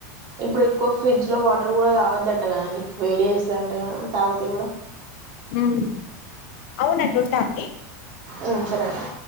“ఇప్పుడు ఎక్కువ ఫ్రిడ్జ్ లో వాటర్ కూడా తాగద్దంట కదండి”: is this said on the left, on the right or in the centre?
Right